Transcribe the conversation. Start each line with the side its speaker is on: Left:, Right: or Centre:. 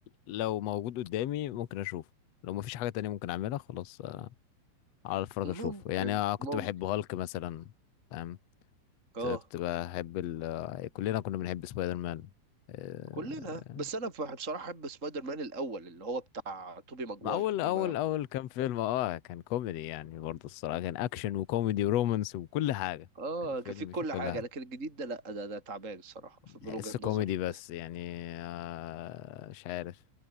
Left: لو موجود قدامي ممكن اشوفه لو مفيش حاجة تانية ممكن اعملها خلاص آه، على الفرق
Right: ممكن
Left: اشوفه يعني آه، كنت
Right: ممكن
Left: بحب هالك مثلا فاهم
Right: اه
Left: كنت كنت بحب ال... آه، كلنا كنا بنحب سبايدر مان آه،
Right: كلنا بس انا بصراحه احب سبايدر مان الاول اللي هو بتاع توبي ماجواير
Left: ما اول اول
Right: لما
Left: اول كام فيلم اه كان كوميدي يعني برضه الصراحة كان اكشن وكوميدي ورومانس وكل حاجة
Right: اه
Left: كان فيلم
Right: كان فيه كل
Left: فيه كل
Right: حاجة
Left: حاجة
Right: لكن الجديد ده لا ده ده تعبان الصراحة من
Left: تحسه
Right: وجهة
Left: كوميدي
Right: نظري
Left: بس يعني آه، مش عارف